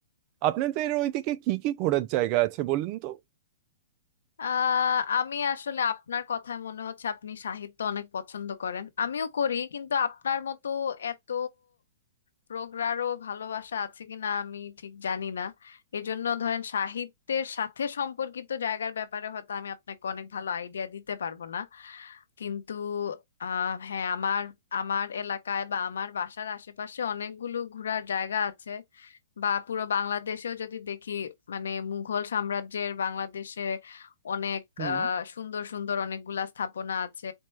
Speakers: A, on the right (about 35°); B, on the left (about 80°).
A: আপনাদের ওইদিকে কি কি ঘোরার জায়গা আছে বলুন তো
B: আহ আমি আসলে আপনার কথায় মনে হচ্ছে আপনি সাহিত্য অনেক পছন্দ করেন আমিও করি কিন্তু আপনার মতো এত প্রগাঢ় ভালোবাসা আছে কিনা আমি ঠিক জানি না এজন্য ধরেন সাহিত্যের সাথে সম্পর্কিত জায়গার ব্যাপারে হয়তো আমি আপনাকে অনেক ভালো আইডিয়া দিতে পারবো না কিন্তু আহ হ্যাঁ আমার আমার এলাকায় বা আমার বাসার আশেপাশে অনেকগুলো ঘোরার জায়গা আছে বা পুরো বাংলাদেশেও যদি দেখি মানে মুঘল সাম্রাজ্যের বাংলাদেশে অনেক
A: হুম
B: আহ, সুন্দর সুন্দর অনেকগুলা স্থাপনা আছে